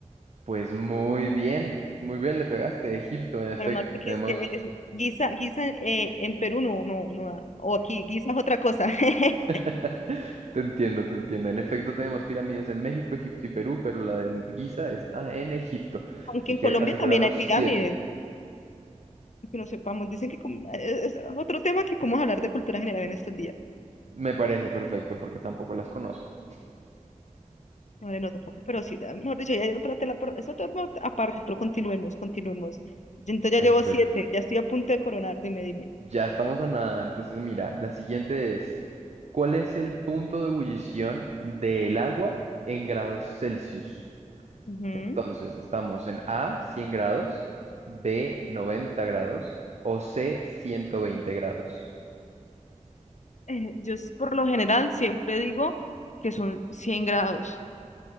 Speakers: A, on the right (about 55°); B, on the left (about 65°).
A: Pues muy bien, muy bien le pegaste, Egipto, en efecto,
B: Menos mal porque
A: tenemos,
B: es que es- guisa, guisa eh, en Perú no, no, no, o aquí, guisa es otra cosa. <laughs>
A: <laughs> te entiendo, te entiendo, en efecto tenemos pirámides en México, Egipto y Perú, pero la de Giza está en Egipto,
B: Aunque
A: así
B: en
A: que
B: Colombia
A: aseguramos
B: también hay pirámides,
A: siete.
B: que no sepamos, dicen que com- es es otro tema que podemos hablar de cultura general en estos días.
A: Me parece perfecto porque tampoco las conozco.
B: Vale, no tampoco, pero sí, da- mejor dicho, ya hay otra tela, por, es otro tema aparte, pero continuemos, continuemos. Yo entonces
A: Perfecto,
B: ya llevo siete, ya estoy a punto de coronar, dime, dime.
A: ya estamos a nada, entonces mira, la siguiente es, ¿cuál es el punto de ebullición del agua en grados Celsius?
B: Ujú.
A: Entonces, estamos en A, 100 grados, B, 90 grados o C, 120 grados.
B: Eh, yo s- por lo general siempre digo que son 100 grados.